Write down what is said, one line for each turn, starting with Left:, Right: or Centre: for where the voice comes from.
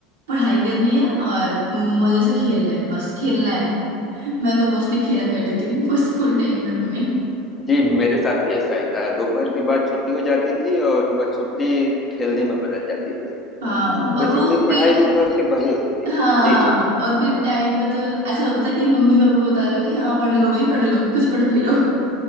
Right: पढ़ाई करनी है और मजे से खेलना है बस खेलना है मैं तो मोस्टली खेला करती थी <laughs> वो स्कूल टाइम में अपने
Left: जी मेरे साथ भी ऐसा ही था दोपहर के बाद छुट्टी हो जाती थी और वह छुट्टी खेलने में बदल जाती थी
Right: हाँ
Left: अब
Right: और
Left: बेसिकली
Right: वो फिर
Left: पढ़ाई दोपहर के पहले होती थी
Right: हाँ
Left: जी जी
Right: और फिर टाइम मतलब ऐसा होता था कि मम्मी पापा बता रहे होते हाँ पढ़ लो भाई पढ़ लो कुछ पढ़ भी लो